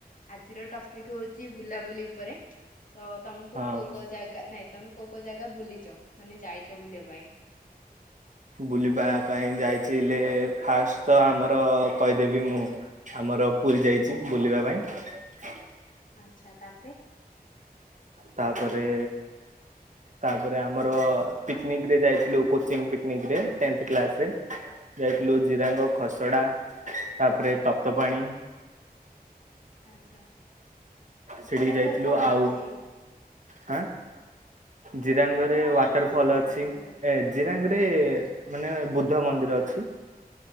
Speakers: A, on the left (about 55°); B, on the right (about 50°).
A: ଆଜିର ଟପିକ ହଉଛି ବୁଲାବୁଲି ଉପରେ ତ ତମକୁ
B: ହଁ।
A: କୋଉ କୋଉ ଜାଗା ନାଇଁ ତମେ କୋଉ କୋଉ ଜାଗା ବୁଲିଛ ମାନେ ଯାଇଛ ବୁଲିବା ପାଇଁ?
B: ବୁଲିବା ପାଇଁ ଯାଇ ଫାଷ୍ଟ ତ ଆମର କହିଦେବି ମୁଁ ଆମର ପୁରୀ ଯାଇଛି ବୁଲିବା ପାଇଁ
A: ଆଚ୍ଛା ତାପରେ
B: ତାପରେ ତାପରେ ଆମର ପିକନିକରେ ଯାଇଥିଲୁ କୋଚିଂ ପିକନିକରେ ଟେନ୍ଥ କ୍ଲାସରେ ଯାଇଥିଲୁ ଜିରାଙ୍ଗ ଖସଡ଼ା ତାପରେ ତପ୍ତ ପାାଣି
A: ଆଚ୍ଛା
B: ସେଠିକି
A: ଜିରାଙ୍ଗରେ
B: ଯାଇଥିଲୁ
A: କଣ
B: ଆଉ
A: ଅଛି?
B: ହଁ ଜିରାଙ୍ଗରେ
A: କଣ
B: ୱାଟର
A: ଏମିତି
B: ଫଲ
A: ସ୍ପେଶାଲ
B: ଅଛି
A: ଜିନିଷ
B: ଏ ଜିରାଙ୍ଗ ରେ
A: ହଁ
B: ମାନେ ବୁଦ୍ଧ ମନ୍ଦିର ଅଛି